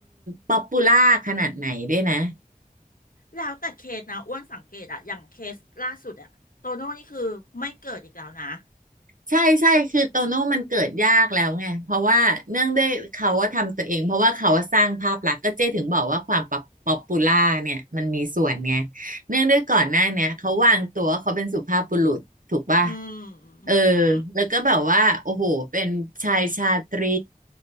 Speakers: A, on the right (about 65°); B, on the left (about 70°).
A: ป๊อปปูล่าขนาดไหนด้วยนะ
B: แล้วแต่เคสนะอ้วนสังเกตอะอย่างเคสล่าสุดอะโตโน่นี่คือไม่เกิดอีกแล้วนะ
A: ใช่ใช่คือโตโน่มันเกิดยากแล้วไงเพราะว่าเนื่องด้วยเขาว่าทำตัวเองเพราะว่าเขาว่าสร้างภาพลักษณ์ก็เจ๊ถึงบอกว่าความป๊อปป๊อปปูล่าเนี่ยมันมีส่วนไงเนื่องด้วยก่อนหน้าเนี่ยเขาวางตัวว่าเขาเป็นสุภาพบุรุษ ถูกป่ะ
B: อืม
A: เออ
B: อืม
A: แล้วก็แบบว่าโอ้โหเป็นชายชาตรี